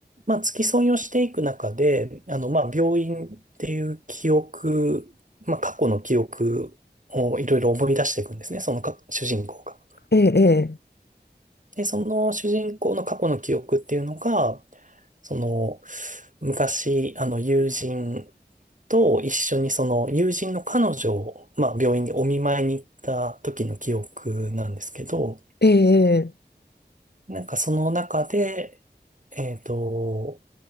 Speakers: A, on the right (about 45°); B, on the left (about 70°).
A: まあ、付き添いをしていく中で、あの、まあ、病院っていう記憶、まあ、過去の記憶をいろいろ思い出していくんですね、そのか主人公が。
B: ええ、
A: で、その主人公の過去の記憶っていうのが、その、昔、あの、友人と一緒にその友人の彼女を、まあ、病院にお見舞いに行った時の記憶なんですけど、
B: ええ、ええ、
A: なんかその中で、えっと、